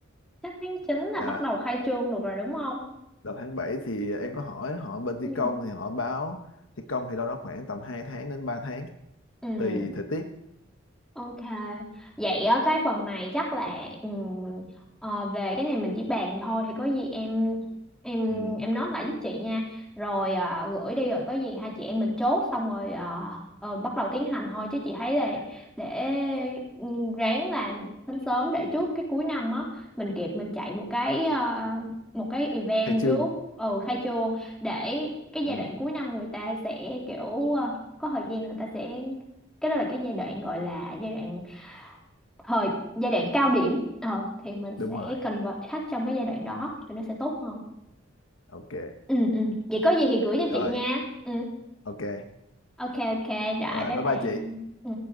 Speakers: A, in the centre; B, on the left.
A: chắc tháng 9 là
B: dạ
A: bắt đầu khai trương được rồi đúng không
B: đầu tháng 7 thì em có hỏi họ bên thi
A: ừ
B: công thì họ báo thi công thì đâu đó khoảng tầm 2 tháng đến 3 tháng
A: ừ
B: tùy thời tiết
A: Ok, vậy ở cái phần này chắc là ừm, ờ, về cái này mình chỉ bàn thôi thì có gì em em
B: ừ.
A: em nói lại giúp chị nha rồi ờ, gửi đi rồi có gì hai chị em mình chốt xong rồi ờ, ờ, bắt đầu tiến hành thôi chứ chị thấy là để ừm, ráng làm sớm sớm để trước cái cuối năm á mình kịp mình chạy một cái ờ, một cái event
B: khai trương
A: trước ừ khai trương để cái giai
B: ừ,
A: đoạn cuối năm người ta sẽ kiểu ờ, có thời gian người ta sẽ cái đó là cái giai đoạn gọi là giai đoạn thời giai đoạn cao điểm ờ, thì mình sẽ
B: đúng rồi
A: convert khách trong cái giai đoạn đó thì nó sẽ tốt hơn
B: ok
A: ừ ừ vậy có gì thì gửi cho
B: rồi
A: chị nha ừ
B: ok
A: ok ok rồi
B: rồi
A: bye
B: bye bye
A: bye
B: chị
A: ừ